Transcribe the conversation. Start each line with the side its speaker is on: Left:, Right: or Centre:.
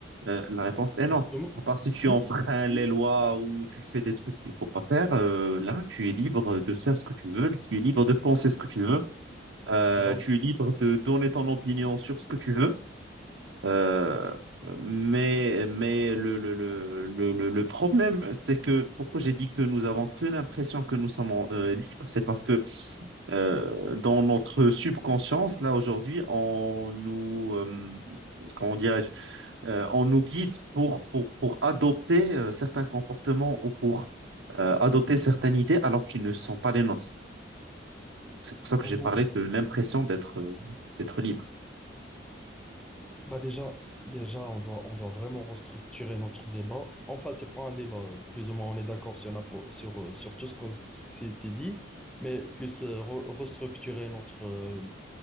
Right: Euh, la réponse est
Centre: Justement,
Right: non. À part si tu
Centre: nous
Right: enfreins
Centre: aussi si.
Right: les lois ou tu fais des trucs qu'il faut pas faire, euh, là, tu es libre de faire ce que tu veux, tu es libre de penser ce que tu veux. Euh,
Centre: Donc,
Right: tu es libre de donner ton opinion sur ce que tu veux. Euh, mais mais le, le, le, le, le le problème, c'est que pourquoi j'ai dit que nous avons que l'impression que nous sommes euh, libres, c'est parce que euh, dans notre subconscience, là aujourd'hui, on nous, euh, comment dirais-je, euh, on nous guide pour, pour, pour adopter euh, certains comportements ou pour euh, adopter certaines idées alors qu'ils ne sont pas les nôtres. C'est pour ça que
Centre: oh,
Right: j'ai parlé de l'impression d'être euh, d'être libre.
Centre: bah déjà, déjà on doit, on doit vraiment restructurer notre débat. Enfin, c'est pas un débat. euh, Plus ou moins, on est d'accord sur, la po- sur, euh, sur tout ce qu'on s- s'était dit, mais plus euh, re- restructurer notre, euh,